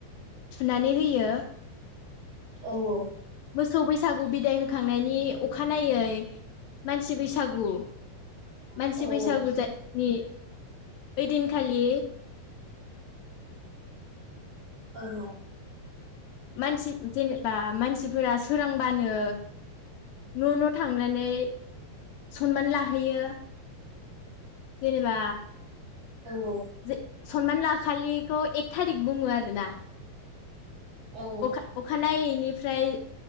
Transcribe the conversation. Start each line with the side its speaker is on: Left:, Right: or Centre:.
Left: थुनानै होयो।
Right: औ औ।
Left: मोसौ बैसागु बिदाय होखांनायनि अखानायै मानसि बैसागु
Right: औ
Left: मानसि बैसागु नि ओइदिनखालि
Right: औ औ‌
Left: मानसि जेनेबा मानसिफोरा सोरांबानो न न थांनानै सनमान लाहैयो। जेनेबा
Right: औ
Left: जे सनमान लाखालि खौ एख थारिक बुङो आरोना।
Right: ओं औ
Left: अखा अखा नायैनिफ्राय